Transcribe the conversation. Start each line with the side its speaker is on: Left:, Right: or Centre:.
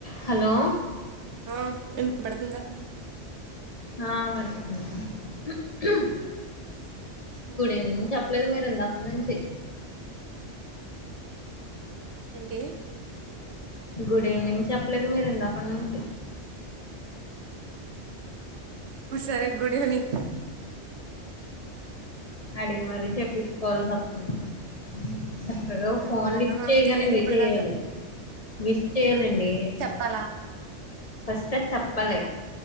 Left: Hello
Right: ఆ విన్పడుతుందా
Left: ఆ వినపడుతుంది ఉ ఊ
Right: హు
Left: ఏమేమ్ చెప్పలేదు మీరు ఇందాక నుంచి
Right: ఏంటీ
Left: గుడీవినింగ్ చెప్పలేదు మీరు ఇందాకన్నుంచి
Right: సరే గుడీవినింగ్
Left: అడిగి మరీ చెప్పిచ్చుకోవాల్సి వత్తుంది చక్కగా
Right: చెప్పాలా
Left: ఫోన్ లిఫ్ట్చేయగనే
Right: నాకు తెలియదు
Left: మెసేజులు
Right: ఇప్పుడు దాకా
Left: మిస్ చేయనండీ
Right: పరా
Left: ఫస్టే చెప్పలే